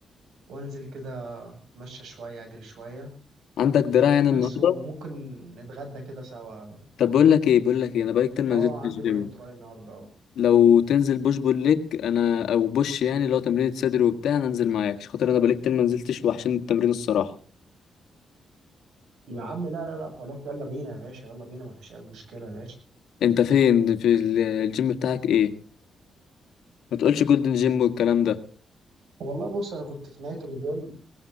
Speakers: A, on the right; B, on the left.
A: وانزل كده اتمشى شوية اجري شوية
B: عندك دراع يعني
A: بس
B: النهارده
A: وممكن نتغدى كده سوا
B: طب بقول لك ايه بقول لك ايه انا بقالي كتير ما
A: اه
B: نزلتش
A: عندي
B: الجيم
A: باي وتراي النهارده اه
B: لو تنزل بوش بول ليج انا او بوش يعني لو تمرين صدر وبتاع انا انزل معاك عشان خاطر انا بقالي كتير ما نزلتش وحشين التمرين الصراحه
A: يا عم لا لا لا خلاص يلا بينا يا باشا يلا بينا مفيش اي مشكلة يا باشا
B: انت فين في ال- الجيم بتاعك ايه ما تقولش جولدن جيم والكلام ده
A: والله بص انا كنت في نهاية اليوم